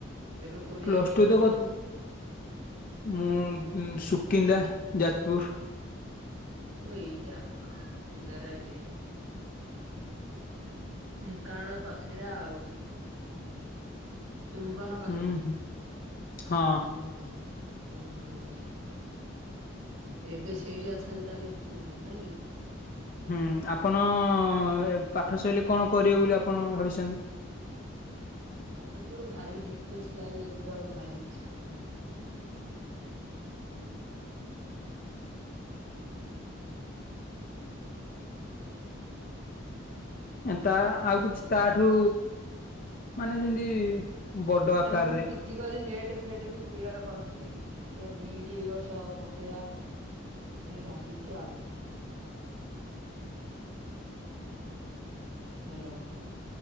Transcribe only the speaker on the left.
plus
two
ତ କ- ମୁଁ ସୁକିନ୍ଦା ଯାଜପୁର।
ହୁଁ ହୁଁ ହଁ
ହୁଁ ଆପଣ ଏ ପାଠ ସଇଲେ କଣ କରିବେ ବୋଲି ଆପଣ ଭାବିଛନ୍ତି?
ଏନ୍ତା, ଆଉ କିଛି ତାଠୁ ମାନେ ଯେମିତି ବଡ ଆକାରରେ